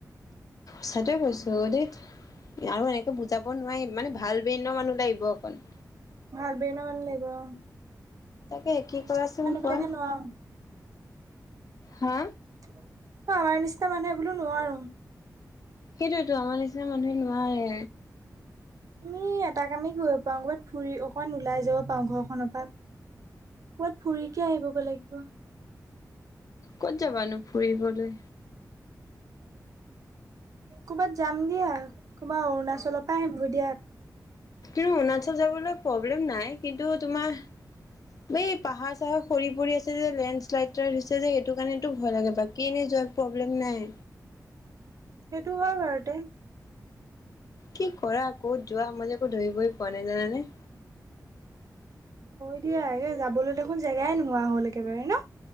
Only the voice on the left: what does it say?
সছাটয়ে কৈছো আৰু দেই আৰু একো বুজাব নোৱাৰিম মানে ভাল ব্ৰেনৰ মানুহ লাগিব অকণ।
তাকে কি কৰাচোন কোৱা
হা।
সেইটোয়তো আমাৰ নিচিনা মানুহে নোৱাৰে।
ক'ত যাবানো ফুৰিবলৈ?
কিন্তু অৰুণাচল যাবলৈ প্ৰব্লেম নাই কিন্তু তোমাৰ। এই পাহাৰ চাহাৰ সৰি পৰি আছে যে লেণ্ডশ্লাইড এটা দি হৈছে যে সেইটো কাৰণেতো ভয় লাগে বাকী এনেই যোৱা প্ৰব্লেম নাই।
কি কৰা ক'ত যোৱা মইজে যে একো ধৰিবই পোৱা নাই জানানে?